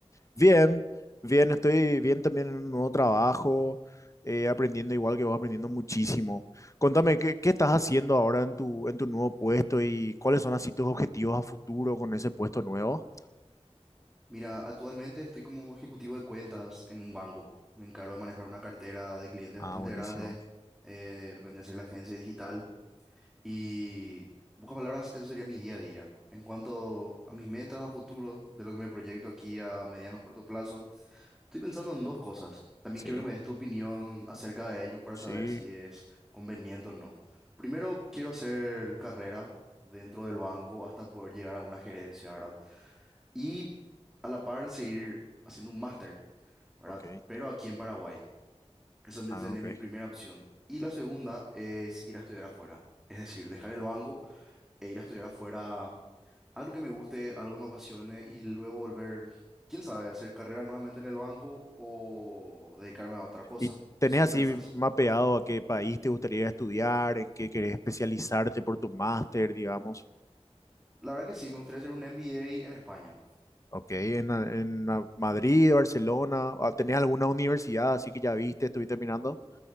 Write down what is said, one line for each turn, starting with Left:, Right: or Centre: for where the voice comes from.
Left: Bien, bien, estoy bien también en un nuevo trabajo, eh, aprendiendo igual que vos, aprendiendo muchísimo. Contame, ¿qué, qué estás haciendo ahora en tu, en tu nuevo puesto y cuáles son así tus objetivos a futuro con ese puesto nuevo?
Centre: Mira, actualmente estoy como ejecutivo de cuentas en un banco. Me encargo de manejar una cartera de clientes
Left: Ah,
Centre: bastante
Left: buenísimo.
Centre: grande, eh, lo que vendría a ser la agencia digital. Y, en pocas palabras, eso sería mi día a día. En cuanto a mis metas a futuro, de lo que me proyecto aquí a mediano o corto plazo, Estoy pensando en dos cosas. También
Left: Sí,
Centre: quiero que me des tu opinión acerca de ello para
Left: sí,
Centre: saber si es conveniente o no. Primero, quiero hacer carrera dentro del banco hasta poder llegar a una gerencia, ¿verdad? Y a la par seguir haciendo un máster, ¿verdad?
Left: ok.
Centre: Pero aquí en Paraguay. Esa me-
Left: Ah,
Centre: sería
Left: ok.
Centre: mi primera opción. Y la segunda es ir a estudiar afuera. Es decir, dejar el banco e ir a estudiar afuera algo que me guste, algo que me apasione y luego volver, quién sabe, a hacer carrera nuevamente en el banco o dedicarme a otra cosa.
Left: ¿Y tenés
Centre: No sé qué
Left: así
Centre: pensás.
Left: mapeado a qué país te gustaría estudiar, en qué querés especializarte por tu máster, digamos?
Centre: La verdad que sí, me gustaría hacer un MBA en España.
Left: Ok, en, en Madrid, Barcelona, ¿tenés alguna universidad así que ya viste, estuviste mirando?